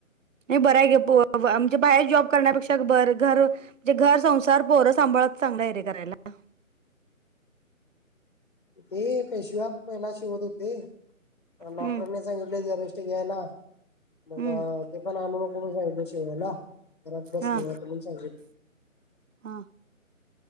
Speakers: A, on the right (about 65°); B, on the left (about 40°).
A: नाही बरं आहे गे आमे बाहेर जॉब करण्यापेक्षा बरं घर म्हणजे घर संसार पोरं सांभाळत चांगलाय रे करायला
B: ते पेशव्या पहिला शिवत होते डॉक्टरांनी
A: हम्म
B: सांगितले जराे घ्यायला मग
A: हम्म
B: ते पण आणूनक जाई शिवायला बराब बसलवता
A: हा
B: पण सांगित
A: हा